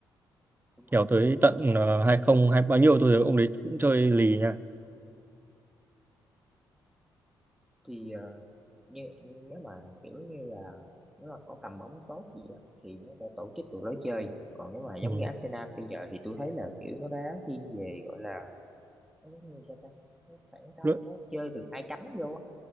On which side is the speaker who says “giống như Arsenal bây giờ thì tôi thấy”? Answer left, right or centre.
Centre